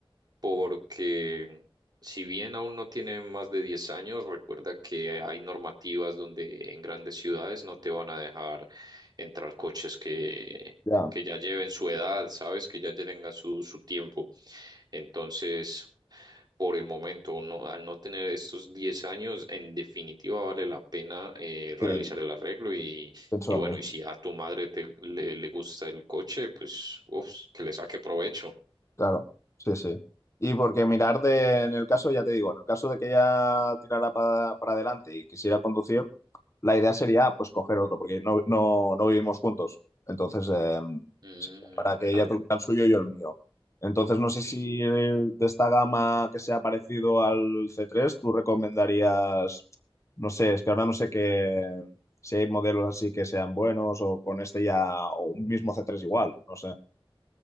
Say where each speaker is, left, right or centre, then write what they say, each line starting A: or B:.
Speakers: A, on the right; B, on the left.
A: porque si bien aún no tiene más de 10 años, recuerda que hay normativas donde en grandes ciudades no te van a dejar entrar coches que...
B: ya,
A: que ya lleven su edad, sabes, que ya tengan su, su tiempo. Entonces, por el momento, no, al no tener estos 10 años, en definitiva vale la pena eh, realizar
B: sí,
A: el arreglo y,
B: pienso
A: y
B: lo
A: bueno,
B: mismo.
A: y si a tu madre te- le, le gusta el coche, pues uf, que le saque provecho.
B: Claro, sí, sí. Y porque mirar de, en el caso, ya te digo, en el caso de que ella tirara para, para adelante y quisiera conducir, la idea sería pues coger otro, porque no, no, no vivimos juntos. Entonces, eh,
A: Mm,
B: para que
A: claro.
B: ella tuviera el suyo y yo el mío. Entonces, no sé si eh, de esta gama que sea parecido al c tres, tú recomendarías, no sé, es que ahora no sé qué, si hay modelos así que sean buenos o con este ya, o un mismo c tres igual, no sé.